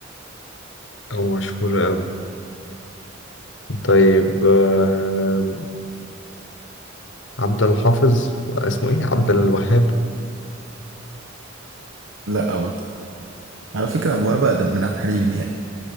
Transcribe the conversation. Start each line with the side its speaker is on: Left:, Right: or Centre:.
Left: أو مشهور قوي طيب آه عبد الحافظ اسمه إيه عبد الوهاب
Right: لا برضه على فكره ابو وهاب اقدم من عبد الحليم يعني